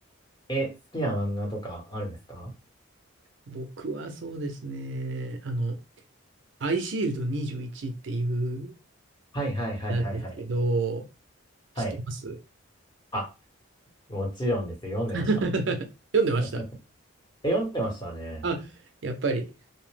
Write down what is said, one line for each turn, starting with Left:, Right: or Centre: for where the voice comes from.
Left: え、好きな漫画とかあるんですか
Right: 僕はそうですね。あの、アイシールド21っていう、
Left: はいはいはいはいはい。
Right: なんですけど、知ってます
Left: はい。あ、もちろんですよ。読んでました。
Right: <laughs> 読んでました。
Left: <laughs> え、読んでましたね。
Right: あ、やっぱり。